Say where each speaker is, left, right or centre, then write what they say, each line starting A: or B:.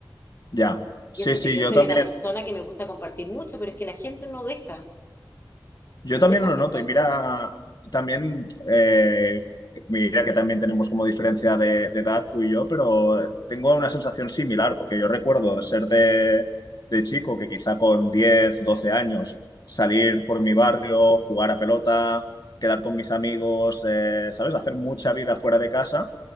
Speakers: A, on the left; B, on the left.
A: ya. Sí,
B: Y eso
A: sí,
B: que yo
A: yo
B: soy
A: también.
B: una persona que me gusta compartir mucho, pero es que la gente no deja,
A: Yo
B: no
A: también
B: deja acercarse.
A: lo noto y mira, también, eh, mira que también tenemos como diferencia de, de edad tú y yo, pero tengo una sensación similar, porque yo recuerdo de ser de, de chico que quizá con 10 12 años salir por mi barrio, jugar a pelota, quedar con mis amigos, eh, ¿sabes? Hacer mucha vida fuera de casa.